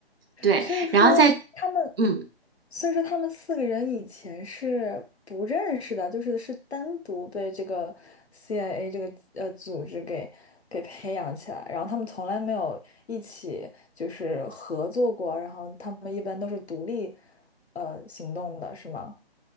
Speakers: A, on the right; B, on the left.
A: 对，
B: 所以说他们，
A: 然后在嗯。
B: 所以说他们四个人以前是不认识的，就是是单独被这个 CIA 这个呃组织给给培养起来，然后他们从来没有一起就是合作过，然后他们一般都是独立呃行动的，是吗？